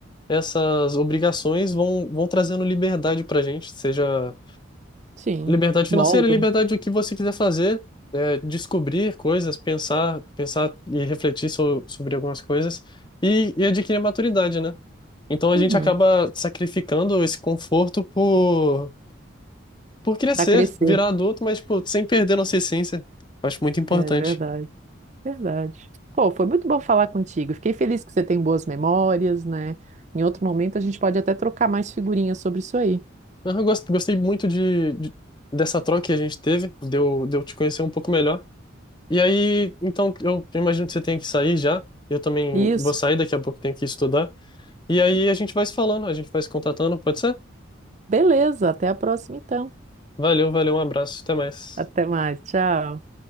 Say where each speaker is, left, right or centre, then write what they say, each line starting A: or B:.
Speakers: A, on the left; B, on the right.
A: essas obrigações vão, vão trazendo liberdade pra gente, seja
B: Sim,
A: liberdade
B: moldam.
A: financeira, liberdade do que você quiser fazer, é, descobrir coisas, pensar, pensar e refletir so, sobre algumas coisas e, e adquirir maturidade, né? Então a
B: Uhum.
A: gente acaba sacrificando esse conforto por, por crescer,
B: Para crescer.
A: virar adulto, mas, tipo, sem perder nossa essência. Acho muito importante.
B: É verdade, verdade. Pô, foi muito bom falar contigo. Fiquei feliz que você tem boas memórias, né? Em outro momento a gente pode até trocar mais figurinhas sobre isso aí.
A: Não, Eu gost- gostei muito de, de- dessa troca que a gente teve, de eu, de eu te conhecer um pouco melhor. E aí, então, eu, eu imagino que você tenha que sair já. Eu também
B: Isso.
A: vou sair, daqui a pouco tenho que estudar. E aí a gente vai se falando, a gente vai se contatando, pode ser?
B: Beleza, até a próxima então.
A: Valeu, valeu, um abraço, até mais.
B: Até mais, tchau.